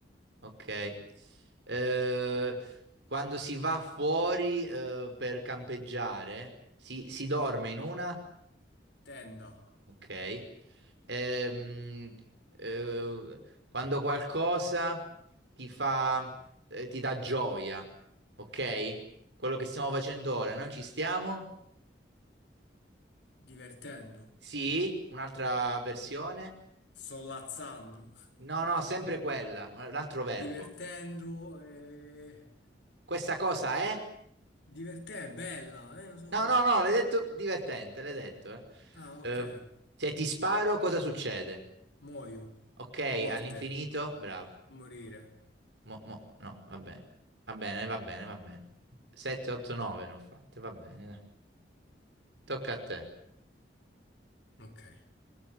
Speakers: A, on the right (about 80°); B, on the left (about 80°).
A: Ok. Eh, quando si va fuori, eh, per campeggiare, si, si dorme in una?
B: Tenda.
A: Ok. Ehm, eh, quando qualcosa ti fa, eh, ti dà gioia, ok? Quello che stiamo facendo ora, noi ci stiamo?
B: divertendo,
A: Sì, un'altra versione?
B: solazzando,
A: No, no, sempre quella, un altro verbo.
B: divertendo e...
A: Questa cosa è?
B: Divertente, bella, eh, lo so.
A: No, no, no, l'hai detto divertente, l'hai detto, eh.
B: Ah,
A: Eh,
B: ok.
A: se ti sparo, cosa succede?
B: Muoio.
A: Ok,
B: Morte.
A: all'infinito, bravo.
B: Morire.
A: Mo- mo- no, va bene. Va bene, va bene, va bene. 7, 8, 9 ne ho fatte, va bene, dai. Tocca a te.
B: Ok.